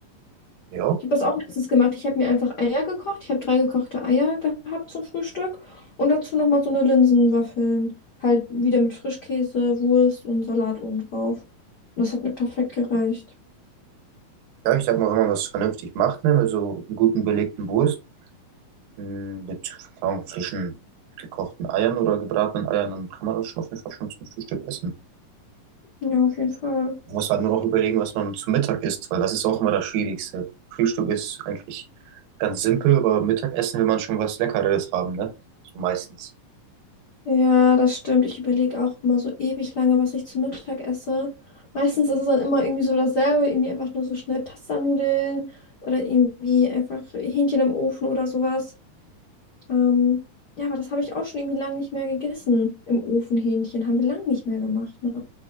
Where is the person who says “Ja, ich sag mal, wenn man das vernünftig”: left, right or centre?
Right